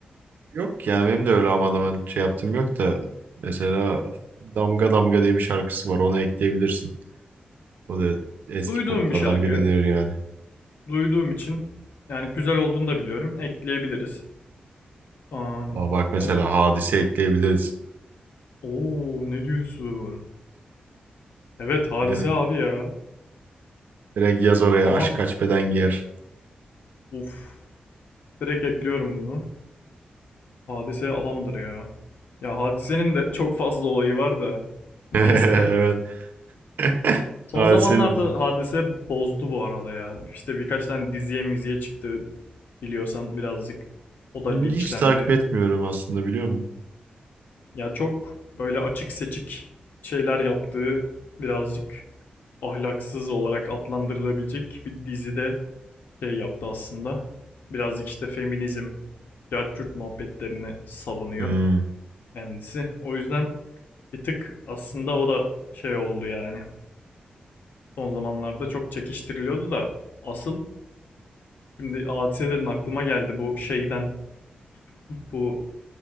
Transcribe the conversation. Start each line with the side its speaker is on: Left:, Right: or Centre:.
Right: Yok yani benim de öyle aman aman şey yaptım yok da. Mesela Damga Damga diye bir şarkısı var. Onu ekleyebilirsin. O da eski
Left: Duyduğum
Right: poplardan
Left: bir şarkı.
Right: biridir yani.
Left: Duyduğum için yani güzel olduğunu da biliyorum. Ekleyebiliriz. Am,
Right: Aa, bak mesela
Left: olur.
Right: Hadise ekleyebiliriz.
Left: Oo ne diyorsun? Evet Hadise
Right: Direkt,
Left: abi ya.
Right: direkt yaz oraya
Left: Tamam.
Right: aşk kaç beden giyer.
Left: Uf. Direkt ekliyorum bunu. Hadise adamdır ya. Ya Hadise'nin de çok fazla olayı var da.
Right: <laughs>
Left: Neyse.
Right: Evet. <laughs>
Left: Son
Right: Hadise'nin
Left: zamanlarda Hadise bozdu bu arada ya. İşte birkaç tane diziye miziye çıktı biliyorsan birazcık. O da linçlendi.
Right: hiç takip etmiyorum aslında biliyor musun?
Left: Ya çok böyle açık seçik şeyler yaptığı birazcık ahlaksız olarak adlandırılabilecek bir dizide şey yaptı aslında. Birazcık işte feminizm, cartçurt muhabbetlerini savunuyor
Right: Hmm.
Left: kendisi. O yüzden bir tık aslında o da şey oldu yani. Son zamanlarda çok çekiştiriliyordu da asıl Şimdi hadise dedin aklıma geldi bu şeyden bu